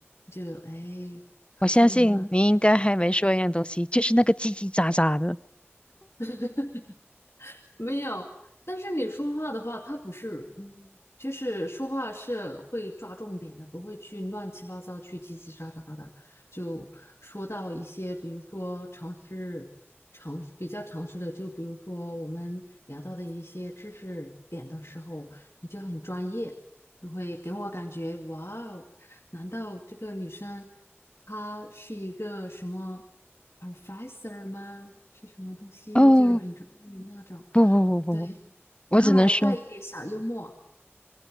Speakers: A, on the left; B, on the left.
A: 就哎，他声音很好听的。
B: 我相信你应该还没说一样东西，就是那个叽叽喳喳的。
A: <laughs> 没有，但是你说话的话，他不是，嗯，就是说话是会抓重点的，不会去乱七八糟、去叽叽喳喳的，就说到一些，比如说常识、常比较常识的，就比如说我们聊到的一些知识点的时候，你就很专业，就会给我感觉，哇哦，难道这个女生？他是一个什么 professor 吗？是什么东西？
B: 哦，
A: 就是很专业那种，
B: 不不不不，
A: 对，
B: 不，我只能说，
A: 然后还带一点小幽默。